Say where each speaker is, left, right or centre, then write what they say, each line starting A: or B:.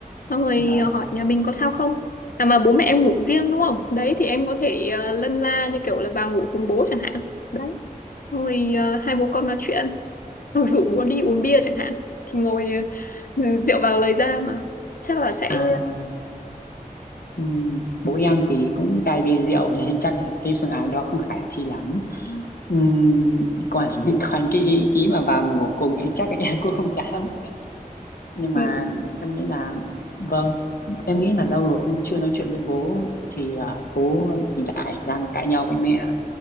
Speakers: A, on the left (about 70°); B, on the left (about 85°).
A: xong rồi
B: vâng
A: ờ, hỏi nhà mình có sao không à mà bố mẹ em ngủ riêng đúng không đấy thì em có thể ờ, lân la như kiểu là vào ngủ cùng bố chẳng hạn đấy Xong rồi ờ, hai bố con nói chuyện <laughs> Hoặc rủ bố đi uống bia chẳng hạn thì ngồi ờ, rượu vào lời ra mà chắc là sẽ
B: à ừm, bố em thì cũng cai bia rượu nên <laughs> chắc là cái phương án đó không khả thi lắm
A: Ừ.
B: Ừm, còn <laughs> còn cái ý, ý mà vào ngủ cùng ấy chắc là em <laughs> cũng không dám nhưng
A: Ừ.
B: mà em nghĩ là vâng em nghĩ là lâu rồi ông chưa nói chuyện với bố thì ờ, bố thì lại đang cãi nhau với mẹ